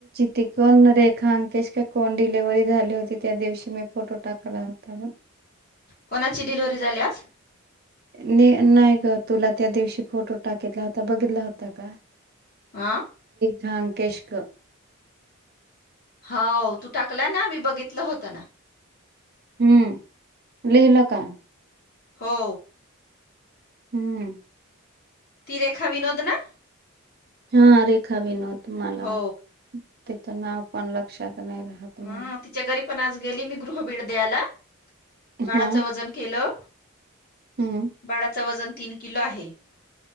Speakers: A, on the right; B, on the left.
A: ते कोण रेखा अंकेश का कोण डिलिव्हरी झाली होती त्या दिवशी मी फोटो टाकला होता मग..
B: कोणाची डिलिव्हरी झाल्यास..
A: नि नाही ग तुला त्या दिवशी फोटो टाकितला होता बघितला होता का...
B: आह..
A: रांकेश ग...
B: हाव तू टाकला ना मी बघितलं होतं ना...
A: हम्म लिहिलं का?
B: हो...
A: हम्म...
B: ती रेखा विनोद ना...
A: हा रेखा बिनोद म्हाला
B: हो
A: त्याच नाव पण लक्षात... नाही राहत मला
B: हा तिच्या घरी पण आज गेली मी गृह भेड दयाला... बाळाच
A: हा
B: वजन केलं
A: हम्म
B: बाळाच वजन... तीन किलो आहे